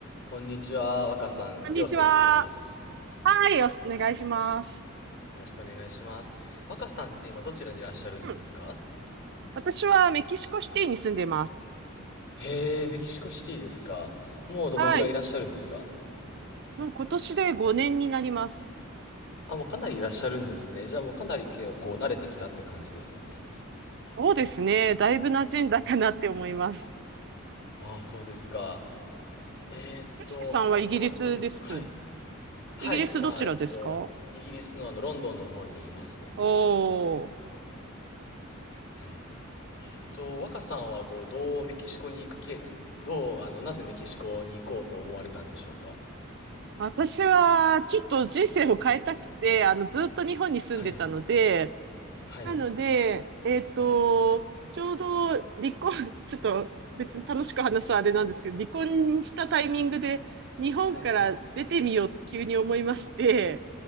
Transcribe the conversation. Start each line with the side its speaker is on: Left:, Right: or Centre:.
Left: こんにちは、若さん、
Right: こんにちは。
Left: りょうすけって言います。よ
Right: はい、お、お願いします。
Left: ろしくお願いします。若さんって今どちらにいらっしゃるんですか
Right: うん。私はメキシコシティに住んでます。
Left: へえ、メキシコシティですか。もうどのぐらいいらっしゃるんですか
Right: はい。もう今年で5年になります。
Left: あ、もうかなりいらっしゃるんですね。じゃあもうかなりけこう慣れてきたって感じですかね。
Right: そうですね。だいぶ馴染んだかなって思います。
Left: ああ、そうですか。えーっと、
Right: よしきさんはイギリスです。
Left: こう、ど、はい。はい、
Right: イギリスどちらですか
Left: 今、えっと、イギリスのあの、ロンドンの方にいますね。
Right: おー。
Left: はい。えーっと、若さんはこう、どうメキシコに行くけ、どう、あの、なぜメキシコに行こうと思われたんでしょうか
Right: 私は、ちょっと人生を変えたくて、あの、ずっと日本に住んでたので、
Left: はいはい
Right: なので、えっと、ちょうど離婚、<laughs> ちょっと別に楽しく話すあれなんですけど、離婚したタイミングで日本から出てみようって急に思いまして、
Left: はい